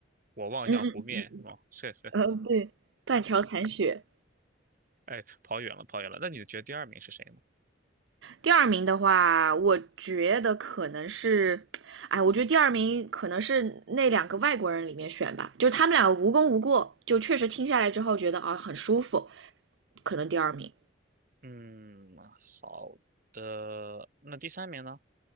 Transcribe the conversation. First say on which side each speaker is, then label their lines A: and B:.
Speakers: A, on the right (about 45°); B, on the right (about 70°).
A: 我望向湖面，
B: 嗯嗯
A: 是吗？是是，
B: 嗯，对，《断桥残雪》。
A: 哎，跑远了，跑远了。那你觉得第二名是谁呢？
B: 第二名的话，我觉得可能是，哎，我觉得第二名可能是那两个外国人里面选吧，就是他们两个无功无过，就确实听下来之后觉得啊很舒服，可能第二名。
A: 嗯，好的，那第三名呢？